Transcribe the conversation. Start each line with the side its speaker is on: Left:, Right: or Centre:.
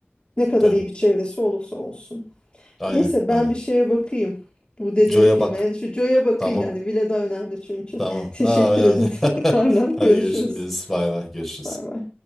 Left: Ne kadar
Centre: Evet.
Left: iyi bir çevresi olursa olsun.
Centre: Aynen.
Left: Neyse ben
Centre: Aynen.
Left: bir şeye bakayım. Bu dediğin
Centre: Joe'ya
Left: filme.
Centre: bak.
Left: Yani şu Joe'ya bakayım
Centre: Tamam.
Left: yani. Vile daha önemli çünkü.
Centre: Tamam.
Left: <laughs> Teşekkür
Centre: Aa, önemli.
Left: ederim. <laughs>
Centre: <laughs>
Left: Aynen
Centre: Hadi
Left: görüşürüz.
Centre: görüşürüz. Bay bay. Görüşürüz.
Left: Bay bay.